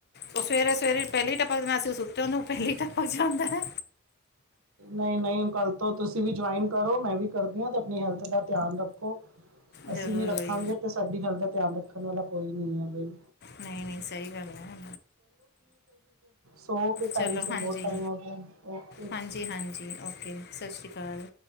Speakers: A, on the left; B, on the right.
A: ਉਹ ਸਵੇਰੇ ਸਵੇਰੇ ਪਹਿਲੀ ਟਪਕ ਜਾਂ ਸੀ ਉਹ ਸੁੱਤੇ ਉਨੂੰ ਪਹਿਲੀ ਟਪਕ ਜਾਂਦੇ ਨੇ।
B: ਨਹੀਂ ਨਹੀਂ ਕੱਲ ਤੋਂ ਤੁਸੀਂ ਵੀ ਜੁਆਇਨ ਕਰੋ ਮੈਂ ਵੀ ਕਰਦੀ ਹਾਂ ਤੇ ਆਪਣੀ ਹੈਲਥ ਦਾ ਧਿਆਨ ਰੱਖੋ ਅਸੀਂ
A: ਜ਼ਰੂਰ
B: ਨੀ ਰੱਖਾਂਗੇ
A: ਹੋਈ
B: ਤੇ ਸਾਡੀ ਗੱਲ ਦਾ ਧਿਆਨ ਰੱਖਣ ਵਾਲਾ ਕੋਈ ਨਹੀਂ ਹੈ ਬਈ
A: ਨਹੀਂ ਨਹੀਂ ਸਹੀ ਗੱਲ ਹੈ।
B: ਸੋ ਫਿਰ ਟਾਈਮ
A: ਚਲੋ
B: ਸਿਰ
A: ਹਾਂਜੀ
B: ਬਹੁਤ ਟਾਈਮ ਹੋ ਗਿਆ ਹੋ
A: ਹਾਂਜੀ ਹਾਂਜੀ ਓਕੇ ਸਤਿ ਸ਼੍ਰੀ ਅਕਾਲ